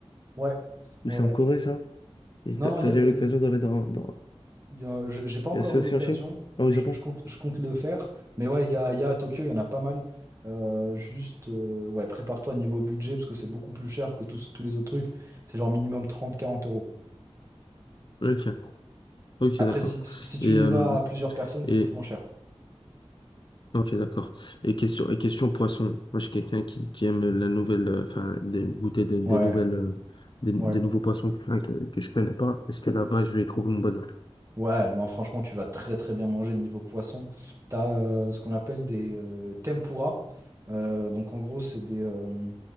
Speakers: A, on the right; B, on the left.
A: Ouais,
B: Ou
A: ouais,
B: c'est
A: ouais.
B: en Corée, ça? Et
A: Non,
B: t'as
A: non,
B: t'as
A: il y
B: déjà
A: a, y
B: eu l'occasion
A: a-
B: d'aller dans, dans...
A: Il y a- je- J'ai pas encore
B: Il y a ça
A: eu
B: aussi
A: l'occasion,
B: en Chine? Ah, au
A: je,
B: Japon?
A: je compte, je compte le faire. Mais ouais, il y a, il y a à Tokyo, il y en a pas mal. Euh, juste, euh, ouais, prépare-toi niveau budget, parce que c'est beaucoup plus cher que tous, tous les autres trucs. C'est genre minimum 30-40 euros.
B: Ok, ok,
A: Après,
B: d'accord.
A: si, si si tu
B: Et,
A: y
B: euh,
A: vas à plusieurs personnes, ça
B: et
A: coûte moins cher.
B: Ok, d'accord. Et question, et question poisson. Moi, je suis quelqu'un qui, qui aime la nouvelle, euh, enfin, des- goûter des, des
A: Ouais,
B: nouvelles, euh, des, des
A: ouais.
B: nouveaux poissons que, que, que je connais pas. Est-ce que là-bas, je vais y trouver mon bonheur?
A: Ouais, non, franchement, tu vas très très bien manger niveau poisson. Tu as ce qu'on appelle des euh, tempura. Euh, donc en gros, c'est des, euh,